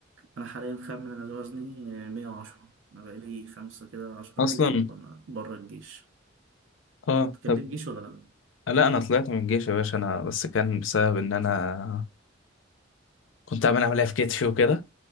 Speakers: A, on the right; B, on the left.
A: أنا حاليا خامن أنا وزني مية وعشرة أنا بقالي خمسة كده عشرة
B: اصلا
A: كيلو وأنا بره الجيش
B: اه
A: تكلم
B: طب
A: جيش ولا لأ؟
B: لا انا طلعت من الجيش يا باشا انا بس كان بسبب ان انا كنت عامل عملية في كتفي وكده